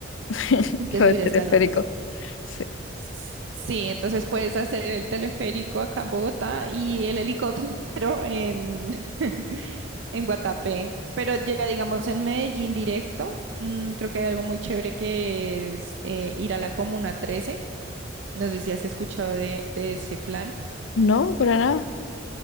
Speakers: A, on the left; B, on the right.
A: <laughs>
B: de
A: lo
B: subir
A: del teleférico.
B: escalones.
A: Sí.
B: S- Sí, entonces puedes hacer el teleférico acá en Bogotá y el helicóptero en, <laughs> en Guatapé. Pero ya digamos en Medellín directo, mm, creo que hay algo muy chévere que es eh, ir a la Comuna 13. No sé si has escuchado de, de ese plan.
A: No, para nada,